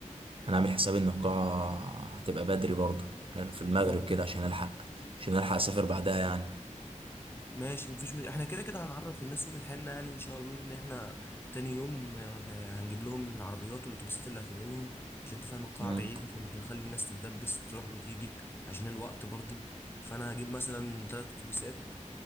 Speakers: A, on the right; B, on the left.
A: انا عامل حساب ان القاعة هتبقى بدري برضو أنا في المغرب
B: تاني
A: كده عشان الحق عشان الحق اسافر بعدها يعني
B: ماشي مفيش مش... احنا كده كده هنعرف الناس يوم الحنة يعني ان شاء الله ان احنا تاني يوم آه، هنجيب لهم العربيات والاتوبيسات اللي هتنقلهم عشان انت فاهم القاعة
A: امم
B: بعيدة فمش هنخلي الناس تتدبس تروح وتيجي عشان الوقت برضو فانا هجيب مثلا تلات اتوبيسات